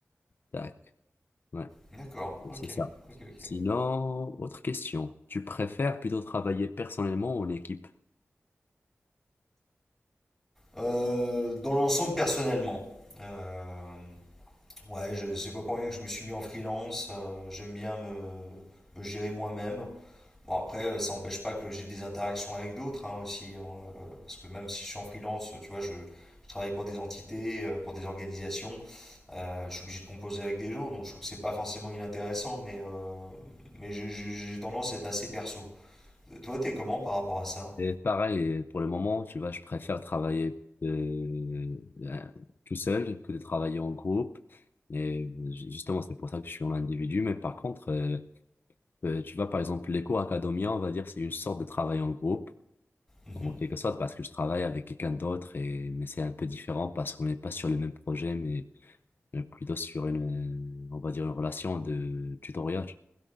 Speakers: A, on the left; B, in the centre.
A: Tac. Ouais,
B: d'accord. Ok,
A: c'est ça.
B: ok, ok.
A: Sinon, autre question. Tu préfères plutôt travailler personnellement ou en équipe?
B: Euh, dans l'ensemble, personnellement, euh, ouais, je- c'est pas pour rien que je me suis mis en freelance. euh, j'aime bien me, me gérer moi-même. Bon, après, euh, ça n'empêche pas que j'ai des interactions avec d'autres hein, aussi. hein, euh, parce que même si je suis en freelance, euh, tu vois, je, je travaille pour des entités, euh, pour des organisations, euh, je suis obligé de composer avec des gens, donc je trouve que c'est pas forcément inintéressant, mais, euh, mais j'ai j'ai- j'ai tendance à être assez perso. Euh, Toi, t'es comment par rapport à ça?
A: Et pareil, pour le moment, tu vois, je préfère travailler euh, euh, tout seul que de travailler en groupe. Et ju- justement, c'est pour ça que je suis en individu. Mais par contre, euh, euh, tu vois, par exemple, les cours académiens, on va dire, c'est une sorte de travail en groupe,
B: Mhm.
A: en quelque sorte, parce que je travaille avec quelqu'un d'autre. Et mais c'est un peu différent parce qu'on n'est pas sur le même projet, mais euh, plutôt sur une, euh, on va dire, une relation de tutoriel.